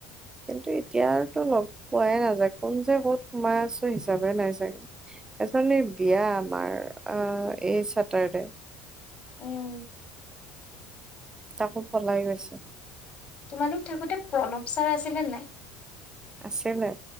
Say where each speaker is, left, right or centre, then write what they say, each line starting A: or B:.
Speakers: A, on the right (about 20°); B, on the left (about 45°).
A: কিন্তু এতিয়া তো লগ পোৱাই নাযায় কোন যে ক'ত সোমাই আছোঁ হিচাপে নাই চাগে এজনী। বিয়া আমাৰ এই চেটাৰডে।
B: উম
A: তাকো পলাই গৈছে।
B: তোমালোক থাকোতে প্ৰণৱ ছাৰ আছিলে নাই।
A: আছিলে